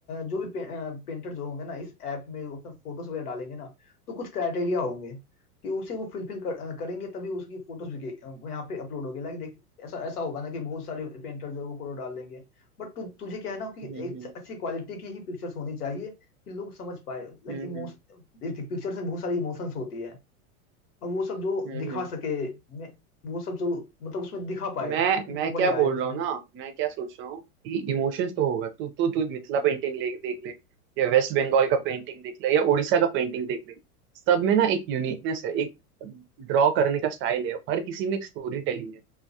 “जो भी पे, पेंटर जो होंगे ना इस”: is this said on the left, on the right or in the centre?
Left